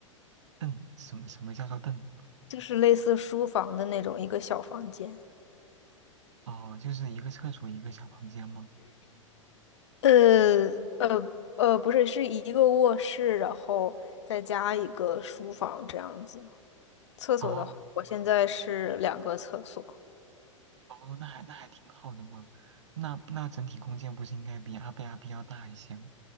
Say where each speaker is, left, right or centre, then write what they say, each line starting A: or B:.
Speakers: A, on the right; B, on the left.
A: 嗯，什么什么叫做凳？
B: 就是类似书房的那种一个小房间。
A: 哦，就是一个厕所一个小房间吗？
B: 呃呃呃，不是，是一个卧室，然后再加一个书房这样子。厕所的话，
A: 哦
B: 我现在是两个厕所。
A: 哦，那还那还挺好的嘛。那那整体空间不是应该比阿贝阿 B 要大一些吗？